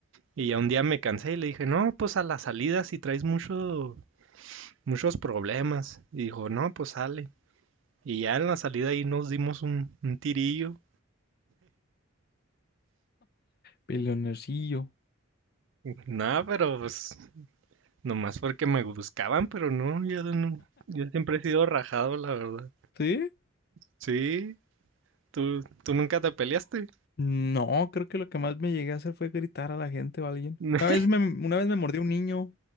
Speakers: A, on the right (about 60°); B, on the left (about 45°).
A: Y ya un día me cansé y le dije, no, pues a la salida si traes mucho muchos problemas. Y dijo, no, pues sale. Y ya en la salida ahí nos dimos un, un tirillo.
B: peleonercillo.
A: Nada, pero pues nomás porque me buscaban, pero no, yo no. Yo siempre he sido rajado, la verdad.
B: ¿Sí?
A: Sí, tú, tú nunca te peleaste.
B: No, creo que lo que más me llegué a hacer fue gritar a la gente o a alguien.
A: <laughs>
B: Una vez me, una vez me mordió un niño.